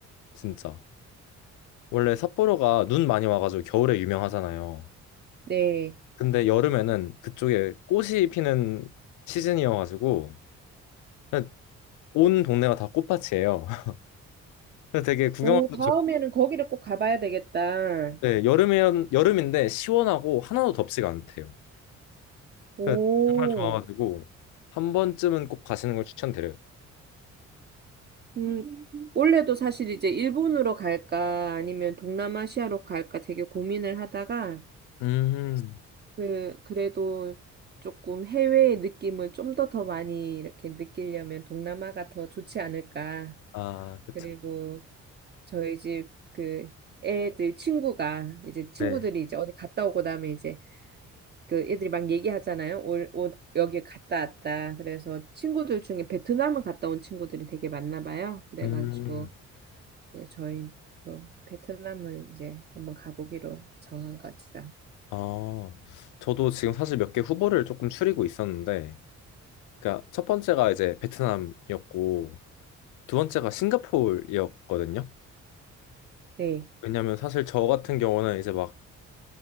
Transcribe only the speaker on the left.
진짜. 원래 삿포로가 눈 많이 와가지고 겨울에 유명하잖아요.
근데 여름에는 그쪽에 꽃이 피는 시즌이어가지고 그냥 온 동네가 다 꽃밭이에요. <laughs> 그래서 되게 구경하기도
좋고
네, 여름에 여름인데 시원하고 하나도 덥지가 않대요.
그래서 정말 좋아가지고 한 번쯤은 꼭 가시는 걸 추천드려요.
음,
아, 그쵸.
네.
음.
아, 저도 지금 사실 몇 개 후보를 조금 추리고 있었는데, 그러니까 첫 번째가 이제 베트남이었고, 두 번째가 싱가포르였거든요.
왜냐면 사실 저 같은 경우는 이제 막